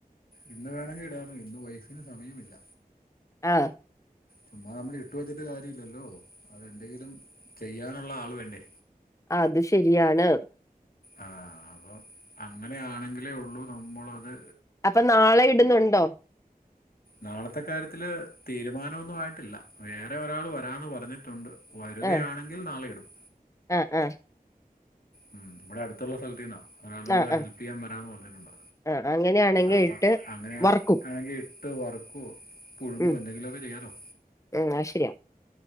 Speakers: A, on the left; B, on the left.
A: ഇന്ന് വേണമെങ്കിൽ ഇടാർന്നു ഇന്ന് വൈഫിന് സമയവും ഇല്ല
B: ആ
A: ചുമ്മാ നമ്മൾ ഇട്ട് വെച്ചിട്ട് കാര്യല്ലല്ലോ അതെന്തെങ്കിലും ചെയ്യാനുള്ള ആള് വേണ്ടേ
B: അത് ശരിയാണ്
A: ആ അപ്പം അങ്ങനെയാണെങ്കിലേ ഉള്ളു നമ്മൾ അത്
B: അപ്പൊ നാളെ ഇടുന്നുണ്ടോ
A: നാളത്തെ കാര്യത്തില് തീരുമാനമൊന്നും ആയിട്ടില്ല വേറെ ഒരാൾ <unintelligible> വരികയാണെങ്കിൽ
B: അ
A: നാളെ ഇടും
B: ആ ആ
A: മ്മ് ഇവിടെ അടുത്തുള്ള സ്ഥലത്തീന്നാ <unintelligible> കൂടെ
B: ആഹ് ആഹ്
A: ഹെൽപ്പ് ചെയ്യാൻ വരാന്ന് പറഞ്ഞിട്ടുണ്ട്
B: ആഹ് അങ്ങനെയാണെങ്കി
A: അപ്പം
B: ഇട്ട്
A: അങ്ങനെ
B: വറക്കും
A: ആണെങ്കിൽ ഇ ട്ട് വർക്കോ പുഴുങ്ങോ
B: ഉം
A: എന്തെങ്കിലുമൊക്കെ ചെയ്യാലോ
B: ഉം അത് ശരിയാ